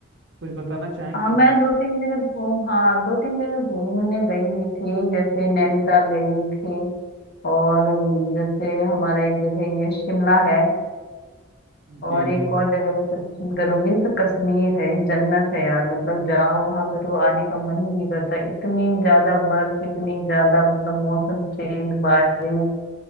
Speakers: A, on the right (about 55°); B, on the left (about 45°).
A: कुछ बताना चाहेंगे
B: हाँ मैं दो तीन जगह घूम हाँ दो तीन जगह घूमने गई हुई थी जैसे नैनीताल गई हुई थी और अम, जैसे हमारा एक जगह ये शिमला है
A: जी
B: और एक
A: जी
B: और जगह मैं सजेशन करूंगी जैसे कश्मीर है ये जन्नत है यार मतलब जाओ वहां पे तो आने का मन ही नहीं करता इतनी ज्यादा बर्फ इतनी ज्यादा मतलब मौसम चेंज बारिश